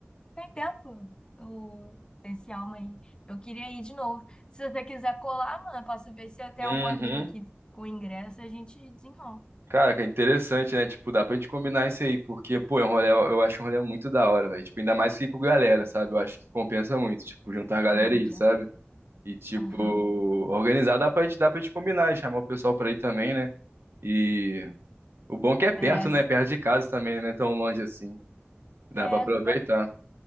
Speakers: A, on the left (about 20°); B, on the right (about 65°).
A: tem tempo o, esse Alma aí. Eu queria ir de novo. Se você quiser colar, mano, posso ver se eu tenho
B: Uhum.
A: algum amigo aqui com ingresso a gente desenrola.
B: Cara, que interessante, né? Tipo, dá pra gente combinar isso aí, porque, pô, é um rolê, eu acho um rolê muito da hora, velho. Tipo, ainda mais que ir com galera, sabe? Eu acho que compensa muito, tipo, juntar a galera
A: É a mídia.
B: e ir, sabe? E, tipo,
A: Aham.
B: organizar dá pra gente, dá pra gente combinar e chamar o pessoal pra ir também, né? E o bom é que é perto,
A: É,
B: né? Perto de casa também, né? Tão longe assim. Dá
A: é,
B: pra aproveitar.
A: vai-